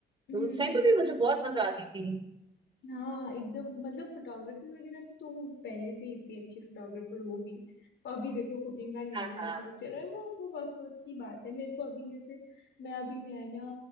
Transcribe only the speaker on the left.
हम्म
हम्म,
हाँ एकदम मतलब फोटोग्राफी वगैरह तो तुम पहले से ही इतनी अच्छी फोटोग्राफर हो भी और अभी देखो कुकिंग का नया
नया
शौक चल रहा है वो वो वक्त वक्त की बात है मेरे को अभी जैसे मैं अभी नया नया